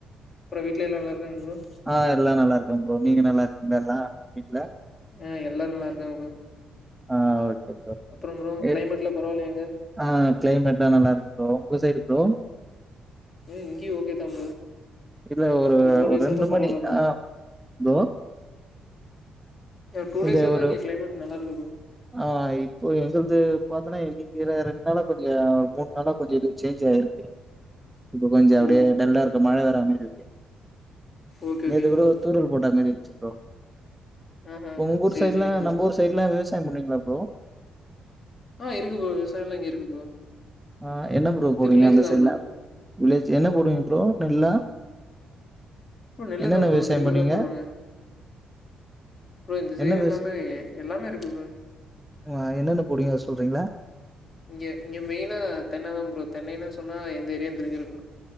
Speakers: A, on the left (about 35°); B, in the centre.
A: அப்றோம் வீட்ல எல்லாரும் இருக்காங்க நல்லா ப்ரோ
B: ஆஹ் எல்லா நல்லா இருக்காங்க ப்ரோ நீங்க நல்லா இருக்கீங்கள எல்லா வீட்ல
A: ஆ எல்லாரும் நல்லா இருக்காங்க ப்ரோ
B: ஆ ஓ <unintelligible>
A: அப்றோ ப்ரோ கிளைமேட்லா பரவால்லையா அங்க
B: ஆ கிளைமேட் எல்லாம் நல்லா இருக்கு ப்ரோ உங்க சைடு ப்ரோ
A: ம் இங்கே ஓகே தான்
B: இல்ல ஒரு
A: ப்ரோ டூ டேஸ்ச
B: ஒரு
A: தான் பரவால்ல
B: மணி
A: ப்ரோ
B: ஆ ப்ரோ.
A: டூ டேஸ்ச
B: இந்த
A: தான்
B: ஒரு
A: இங்க கிளைமேட் நல்லா இருக்கு ப்ரோ
B: ஆ இப்போ எங்களது பாத் ஆனா இன்னைக்கு ரெண்டு நாளா கொஞ்சம் மூணு நாளா கொஞ்சம் இது சேஞ்ச் ஆயிருக்கு இப்ப கொஞ்சம் அப்பிடியே
A: ஓ
B: டல்லா இருக்க மழ வரா மாரி இருக்கு
A: ஓகே
B: நேது
A: ஓகே
B: கூட
A: ப்ரோ
B: ஒரு தூரல் போட்டா மேரி ச் ப்ரோ
A: ஆஹா
B: ஒங்கூர்
A: சேரி
B: சைடு்ல
A: சேரிங்க ப்ரோ
B: நம் ஊர் <unintelligible> <unintelligible> விவசாய பண்ணிக்கங் என்ன ப்ரோ
A: ஆ இருக்கு ப்ரோ விவசாயலா இங்க இருக்கு ப்ரோ
B: ஆஹ் என்ன ப்ரோ
A: இது
B: போடுவீங்க
A: வில்லேஜ்
B: அந்த
A: தான்
B: சைட்ல
A: ப்ரோ.
B: வில்லேஜ் என்ன போடுவீங்க ப்ரோ நெல்லா
A: ப்ரோ நெல்லுதான்
B: என்னென்ன
A: ப்ரோ
B: விவசாயம்
A: நெல்லுதான்
B: பண்ணுவீங்க?
A: போட்றோங்க ப்ரோ இந்த சைடு
B: என்ன விவசா
A: எல்லாமே எல்லாமே இருக்கு ப்ரோ
B: ஆ என்னென்ன போடுவீங்க அத சொல்றீங்களா?
A: இங்க இங்க மெய்னா தென்ன தான் ப்ரோ தென்னைன்னு சொன்னா எந்த ஏரியா தெரிஞ்சிருக்கணு